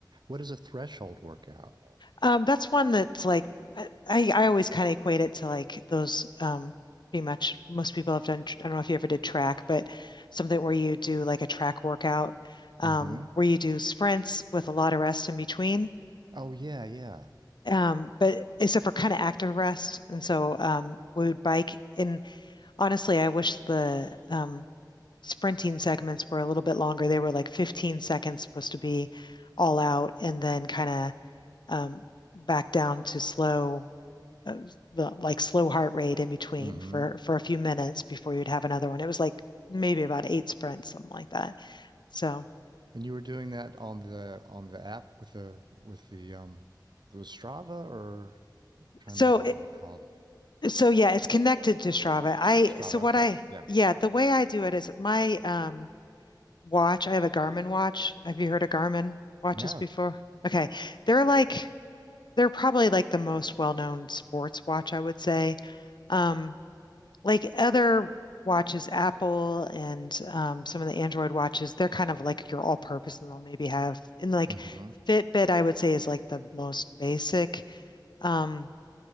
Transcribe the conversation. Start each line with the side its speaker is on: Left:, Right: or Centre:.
Right: What is a threshold workout?
Left: Um, that's one that's like I, I I always kind of equate it to like those um pretty much most people have done I don't know if you ever did track, but something where you do like a track workout um
Right: Mm-hmm.
Left: where you do sprints with a lot of rest in between.
Right: Oh yeah, yeah.
Left: Um, but except for kind of active rest. And so um we would bike and honestly I wish the um sprinting segments were a little bit longer. They were like 15 seconds supposed to be all out and then kind of um back down to slow uh, the like slow heart rate in between
Right: Mm-hmm.
Left: for for a few minutes before you'd have another one. It was like maybe about eight sprints, something like that. So
Right: And you were doing that on the on the app with the with the um it was Strava or I'm trying
Left: so
Right: to remember
Left: it,
Right: what you called it.
Left: so yeah, it's connected to Strava. I
Right: Strava.
Left: so what
Right: Okay.
Left: I
Right: Yeah.
Left: yeah, the way I do it is my um watch, I have a Garmin watch. Have you heard of Garmin watches
Right: No.
Left: before? Okay. They're like they're probably like the most well-known sports watch, I would say. Um, like other watches, Apple and um, some of the Android watches, they're kind of like your all-purpose, and they'll maybe have and like
Right: Mm-hmm.
Left: Fitbit, I would say, is like the most basic. Um,